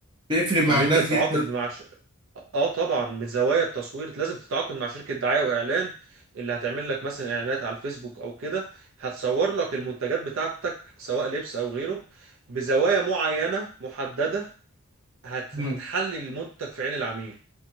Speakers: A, on the right; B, on the right.
A: بيفرق مع
B: ان
A: الناس
B: انت تتعاقد
A: جدا
B: مع ش... اه طبعا من زوايا التصوير لازم تتعاقد مع شركة دعاية واعلان اللي هتعمل لك مثلا اعلانات على الفيسبوك او كده هتصور لك المنتجات بتاعتك سواء لبس او غيره بزوايا معينة محددة هت...
A: مم.
B: هتحلي المنتج في عين العميل